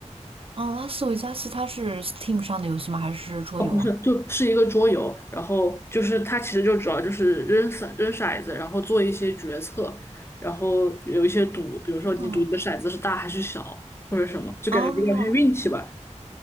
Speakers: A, on the right (about 50°); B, on the left (about 20°).
A: 嗯，拉斯维加斯它是 Steam 上的游戏吗？还是桌游啊？
B: 哦，不是，就是一个桌游，然后就是它其实就主要就是扔骰扔骰子，然后做一些决策，然后有一些赌，比如说你赌你的骰子是大还是小，
A: 嗯，
B: 或者什么，就感觉比较偏运气吧。
A: 哦